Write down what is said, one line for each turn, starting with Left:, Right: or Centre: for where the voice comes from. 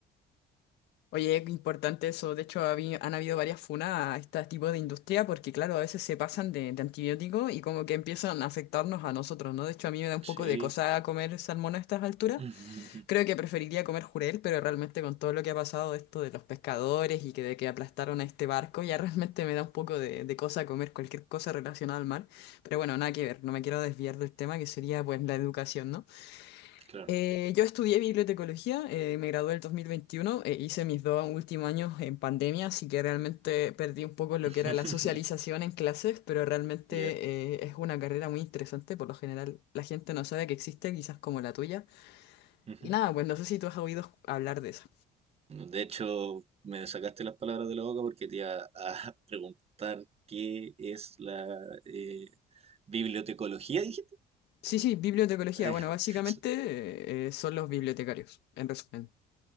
Left: Oye, qué importante eso. De hecho, habi- han habido varias funas a este tipo de industria porque, claro, a veces se pasan de, de antibióticos y como que empiezan a afectarnos a nosotros, ¿no? De hecho, a mí me da un poco
Right: Sí.
Left: de cosa comer salmón a estas alturas.
Right: <laughs>
Left: Creo que preferiría comer jurel, pero realmente con todo lo que ha pasado esto de los pescadores y que de que aplastaron a este barco, ya <laughs> realmente me da un poco de, de cosa comer cualquier cosa relacionada al mar. Pero bueno, nada que ver, no me quiero desviar del tema que sería pues la educación, ¿no?
Right: Claro.
Left: Eh, yo estudié bibliotecología, eh, me gradué el 2021, eh, hice mis dos últimos años en pandemia, así que realmente perdí un poco lo
Right: <laughs>
Left: que era la socialización en clases, pero realmente
Right: Ya.
Left: eh, es una carrera muy interesante, por lo general la gente no sabe que existe, quizás como la tuya
Right: Ujú.
Left: y nada, pues no sé si tú has oído hablar de eso.
Right: De hecho, me sacaste las palabras de la boca porque te iba a <laughs> preguntar qué es la eh, bibliotecología, dijiste.
Left: Sí, sí, bibliotecología.
Right: <laughs>
Left: Bueno, básicamente eh, eh, son los bibliotecarios, en resumen.